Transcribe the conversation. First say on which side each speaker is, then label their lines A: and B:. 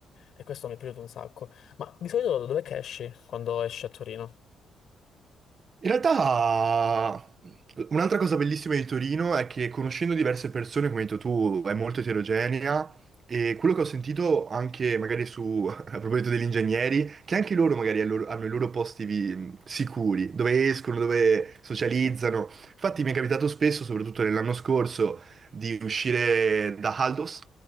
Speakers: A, on the left; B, on the right.
A: E questo mi è piaciuto un sacco. Ma di solito dov'è che esci quando esci a Torino?
B: In realtà, un'altra cosa bellissima di Torino è che conoscendo diverse persone, come hai detto tu, è molto eterogenea e quello che ho sentito anche magari su, <laughs> a proposito degli ingegneri, che anche loro magari al loro- hanno i loro posti vi- sicuri, dove escono, dove socializzano. Infatti mi è capitato spesso, soprattutto nell'anno scorso, di uscire da Aldos.